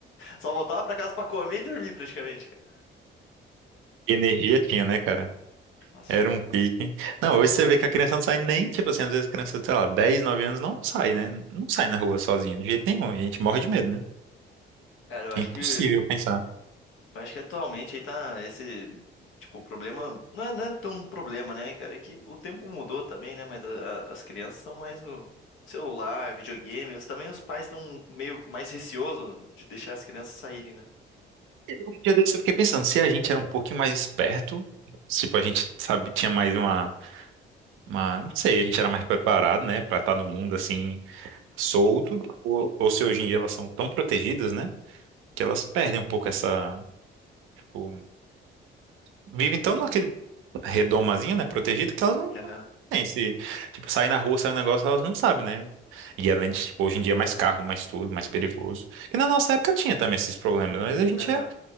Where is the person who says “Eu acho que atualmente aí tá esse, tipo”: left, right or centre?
Left